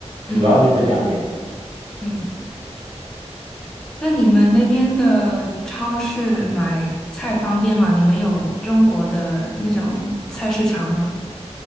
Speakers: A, in the centre; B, on the right.
A: 嗯嗯，
B: 主要就这两点。
A: 对，嗯。那你们那边的超市买菜方便吗？你们有中国的那种菜市场吗？